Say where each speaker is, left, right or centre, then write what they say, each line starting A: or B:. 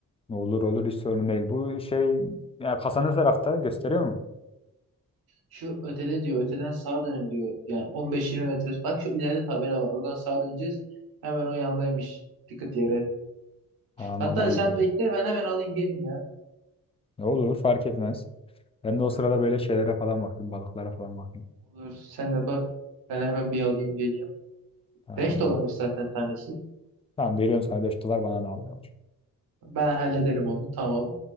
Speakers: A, on the left; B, on the right.
A: Olur olur hiç sorun değil. Bu şey ya kasa ne tarafta gösteriyor mu?
B: Şu ötede diyor. Öteden sağa dönün diyor. Yani on beş 20 metre. Bak şu ileride tabela var. Oradan sağa döneceğiz. Hemen o yandaymış. Dikkat yere.
A: Tamam
B: Hatta
A: hadi
B: sen
A: gidelim.
B: bekle ben hemen alayım gelin ya.
A: Ne olur fark etmez. Ben de o sırada böyle şeylere falan bakayım. Balıklara falan bakayım.
B: Olur sen de bak. Ben hemen bir alayım geleyim.
A: Tamam.
B: 5 dolarmış zaten tanesi.
A: Tamam veriyorum sana 5 dolar bana da al yavrum.
B: Ben hallederim onu tamam.